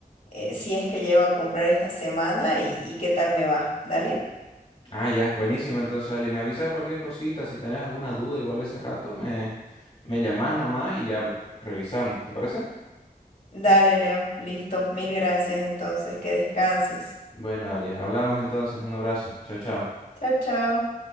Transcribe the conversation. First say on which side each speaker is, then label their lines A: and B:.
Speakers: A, on the left; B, on the left.
A: eh, si es que llego a comprar esta semana y, y qué tal me va. Dale.
B: Ah, ya, buenísimo. Entonces, Ali, me avisas cualquier cosita. Si tenés alguna duda, igual ese rato, me, me llamás nomás y ya revisamos. ¿Te parece?
A: Dale, Leo. Listo. Mil gracias entonces. Que descanses.
B: Bueno, Ali, hablamos entonces. Un abrazo. Chao, chao.
A: Chao, chao.